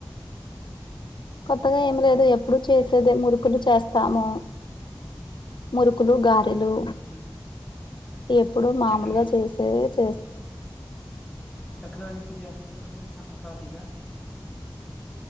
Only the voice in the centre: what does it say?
ఆ, ఇం-
చక్రాలు
చక్రాాలి పూజస్తు సంక్రాంతిగా